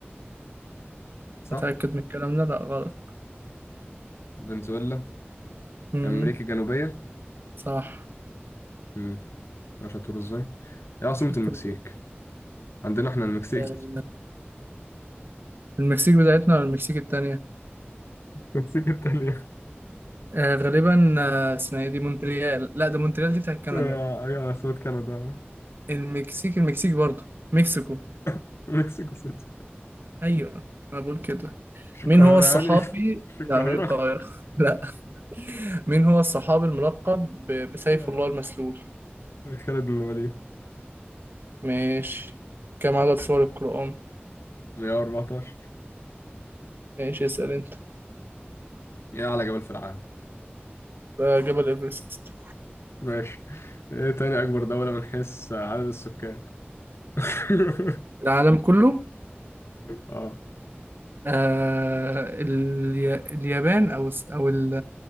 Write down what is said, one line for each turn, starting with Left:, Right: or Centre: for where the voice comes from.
Left: صح؟
Right: متأكد من الكلام ده لا غلط
Left: فنزويلا
Right: امم
Left: أمريكا الجنوبية
Right: صح
Left: مم. مش هتقول إزاي؟ إيه عاصمة
Right: <laughs>
Left: المكسيك؟
Right: طب كده.
Left: عندنا احنا المكسيك
Right: آه، المكسيك بتاعتنا ولا المكسيك التانية
Left: <laughs> المكسيك التانية
Right: آه غالبا آه اسمها ايه دي مونتريال لا ده مونتريال دي بتاعت كندا
Left: آه، ايوه عاصمة كندا
Right: المكسيك المكسيك برضه مكسيكو
Left: <laughs> مكسيكو سيتي
Right: ايوه انا بقول كده
Left: مش القاهرة
Right: مين هو الصحابي
Left: يعني <laughs> مش القاهرة
Right: لا مش القاهرة <laughs> لا مين هو الصحابي الملقب ب- بسيف
Left: آه،
Right: الله المسلول
Left: خالد بن الوليد
Right: ماشي كم عدد سور القرآن
Left: 114
Right: ماشي اسأل انت
Left: ايه أعلى جبل في العالم
Right: آه، جبل ايفرست
Left: ماشي ايه تاني أكبر دولة من حيث عدد السكان <laughs>
Right: العالم كله
Left: اه
Right: آه اليا- اليابان او الس- او ال-